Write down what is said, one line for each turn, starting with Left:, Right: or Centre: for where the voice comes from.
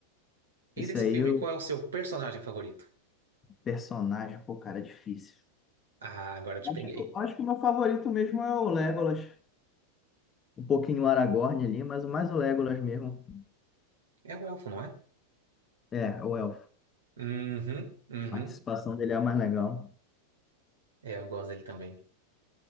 Left: Esse
Right: E desse
Left: aí,
Right: filme,
Left: o
Right: qual é o seu personagem favorito?
Left: personagem, pô, cara, é difícil.
Right: Ah, agora eu te
Left: Acho
Right: peguei.
Left: que, acho que o meu favorito mesmo é o Legolas. Um pouquinho o Aragorn ali, mas o mais o Legolas mesmo.
Right: É o elfo, não é?
Left: É, o Elfo.
Right: Uhum, uhum.
Left: A participação dele é a mais legal.
Right: É, eu gosto dele também.